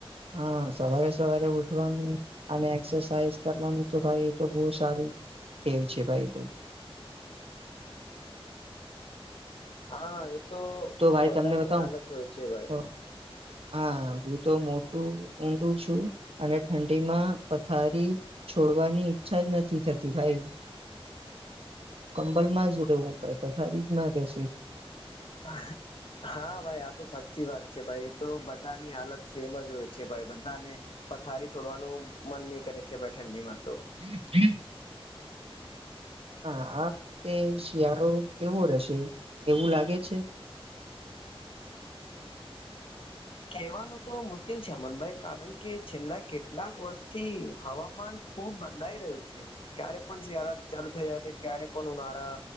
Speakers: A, on the right (about 70°); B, on the left (about 60°).
A: હા, સવારે સવારે ઉઠવાનું અને એક્સરસાાઈઝ કરવાનું તો ભાઈ એ તો બહું સારું બ્રેવ છે ભાઈ તું,
B: હા હા એ તો
A: ભાઈ
B: બધાની
A: તમને બતાવું
B: હાલત હોય છે ભાઈ,
A: અ, હા હું તો મોટું ઊંધું છું, અને ઠંડીમાં પથારી છોડવાની ઈચ્છા જ નથી થતી ભાઈ, કંબલમાં જ રહવું. પથારી જ માં રહેશે,
B: હા, હા ભાઈ આ તો સાચી વાત છે, ભાઈ એ તો બધાની હાલત સેમ જ હોય છે ભાઈ બધાને, પથારી છોડવાનું મન નહી કરે છે. ભઈ ઠંડીમાં તો
A: હમ <inaudible> હા આ વખતે શિયાળો કેવો રહેશે? એવું લાગે છે.
B: કહેવાનું તો મુશ્કેલ છે. અમનભાઈ કારણ કે છેલ્લા કેટલાક વર્ષથી હવામાન ખુબ બદલાઈ રહ્યું છે. ક્યારે પણ શિયાળા ચાલુ થઈ જાય છે. ક્યારે પણ ઉનાળા